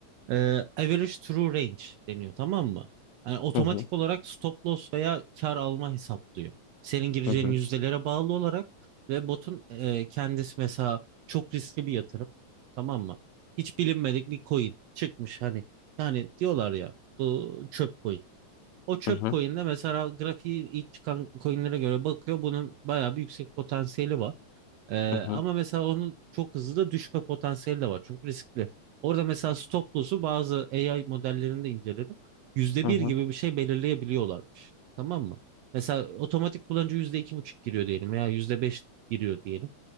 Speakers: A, on the right; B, on the left.
A: e, average true range deniyor tamam mı? Yani otomatik
B: Hı hı,
A: olarak stop loss veya kar alma hesaplıyor. Senin gireceğin
B: hı hı,
A: yüzdelere bağlı olarak ve botun e, kendisi mesela çok riskli bir yatırım tamam mı? Hiç bilinmedik bir coin çıkmış hani. Yani diyorlar ya bu çöp coin. O çöp
B: hı hı,
A: coin'de mesela grafiği ilk çıkan coin'lere göre bakıyor bunun bayağı bir yüksek potansiyeli var. Ee,
B: hı
A: ama
B: hı,
A: mesela onun çok hızlı da düşme potansiyeli de var. Çünkü riskli. Orada mesela stop loss'u bazı AI modellerinde de inceledim. Yüzde
B: hı
A: bir
B: hı,
A: gibi bir şey belirleyebiliyorlarmış. Tamam mı? Mesela otomatik kullanıcı yüzde iki buçuk giriyor diyelim veya yüzde beş giriyor diyelim.